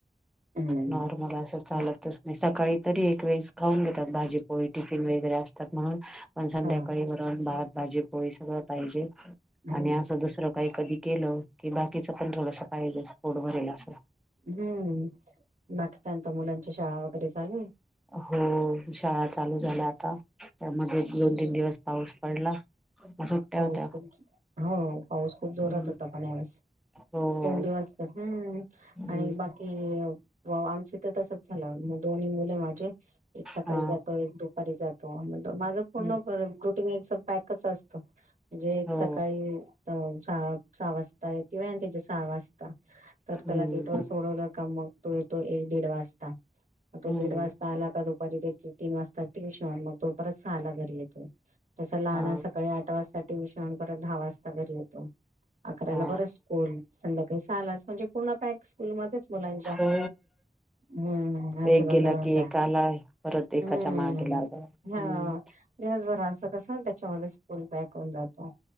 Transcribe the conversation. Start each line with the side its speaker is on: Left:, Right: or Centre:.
Right: हम्म
Centre: नॉर्मल असं चालतच
Right: हा
Centre: नाही सकाळी तरी एक वेळेस खाऊन घेतात भाजीपोळी टिफिन वगैरे असत. तर मग पण संध्याकाळी
Right: हा
Centre: वरून भात भाजी पोळी सगळं पाहिजे.
Right: हम्म
Centre: आणि असं दुसरं काही कधी केलं की बाकीचं पण थोडस पाहिजे स् फोट भरेल असं.
Right: हम्म बाकी त्यां मुलांची शाळा वगैरे चालू आहे.
Centre: हो शाळा चालू झाल्या आता त्यामध्ये दोन तीन दिवस पाऊस पडला. मग सुट्ट्या
Right: पाऊस
Centre: होत्या
Right: खूप हो पाऊस खूप जोरात
Centre: हम्म
Right: होता पण यावेळेस
Centre: हो
Right: दोन दिवस हम्म
Centre: हम्म
Right: आणि बाकी वा आमचे तर तसच झालं दोन्ही मुले माझे एक सकाळी
Centre: हा
Right: जातो एक दुपरी घरी जातो माझ पूर्ण
Centre: हम्म
Right: रुटींग एकपॅकच असत. म्हणजे एक
Centre: हो
Right: सकाळी सहा सहा वाजताय किंवा त्याच्या सहा वाजता तर
Centre: हम्म
Right: त्याला गेटवर सोडवलं का मग तो येतो एक दीड वाजता मो
Centre: हम्म
Right: दीड वाजता आला का तो परिजेत ची तीन वाजता ट्युशन म तो परत सहायला घरी येतो तस लह.
Centre: हा
Right: आठ वाजता ट्युशन परत दहा वाजता घरी येतो अकराला
Centre: हा
Right: परत स्कूल संध्या सहाला म्हणजे पूर्ण पॅक स्कूल मध्येच मुलांच्या
Centre: हो
Right: हम्म आस
Centre: एक
Right: गोडलंहुन
Centre: गेला की
Right: जातंय
Centre: एक आला परत एकाच्या
Right: हम्म
Centre: मागे लागला हम्म
Right: हा. दिवसभराचं कसं त्याच्यामध्ये स्कूल बॅग होन जातो.